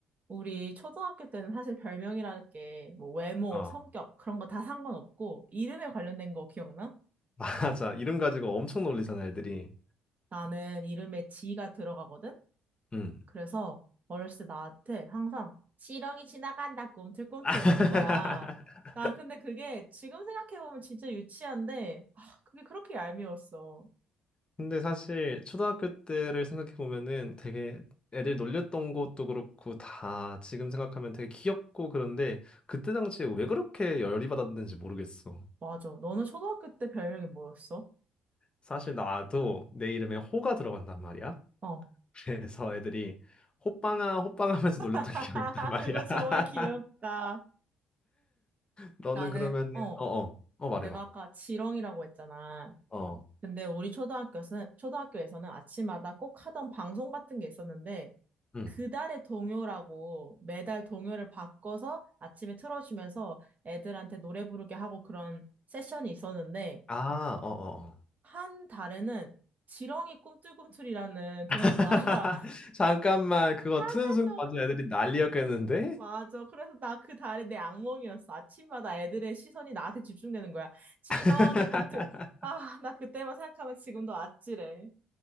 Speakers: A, on the right; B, on the left.
A: 우리 초등학교 때는 사실 별명이라는 게 뭐 외모,
B: 어.
A: 성격 그런 거 다 상관없고 이름에 관련된 거 기억나?
B: <laughs> 맞아. 이름 가지고 엄청 놀리잖아, 애들이.
A: 나는 이름에 지가 들어가거든?
B: 음.
A: 그래서 어렸을 때 나한테 항상 지렁이 지나간다 꿈틀꿈틀
B: <laughs>
A: 이러는 거야. 나 근데 그게 지금 생각해보면 진짜 유치한데 아, 그게 그렇게 얄미웠어.
B: 근데 사실 초등학교 때를 생각해 보면은 되게 애들 놀렸던 것도 그렇고 다 지금 생각하면 되게 귀엽고 그런데 그때 당시에 왜 그렇게 열이 받았는지 모르겠어.
A: 맞아. 너는 초등학교 때 별명이 뭐였어?
B: 사실 나도 내 이름에 호가 들어간단 말이야.
A: 어.
B: 그래서 애들이 호빵아 호빵 하면서 놀렸던
A: <laughs>
B: <laughs> 기억이 있단 말이야.
A: 그거 정말
B: <laughs>
A: 귀엽다.
B: 너는
A: 나는,
B: 그러면은
A: 어,
B: 어 어 어 어, 말해봐.
A: 내가 아까 지렁이라고 했잖아.
B: 어.
A: 근데 우리 초등학교는, 초등학교에서는 아침마다 꼭 하던 방송 같은 게 있었는데,
B: 응.
A: 그달의 동요라고 매달 동요를 바꿔서 아침에 틀어주면서 애들한테 노래 부르게 하고 그런 세션이 있었는데,
B: 아, 어, 어, 어.
A: 한 달에는 지렁이 꿈틀꿈틀이라는 동요가
B: <laughs>
A: <laughs>
B: 잠깐만, 그거
A: 한
B: 트는
A: 달
B: 순간
A: 동안
B: 완전 애들이 난리였겠는데?
A: 맞아. 그래서 나 그 달이 내 악몽이었어. 아침마다 애들의 시선이 나한테 집중되는 거야. 지렁이
B: <laughs>
A: 꿈틀. 아, 나 그때만 생각하면 지금도 아찔해.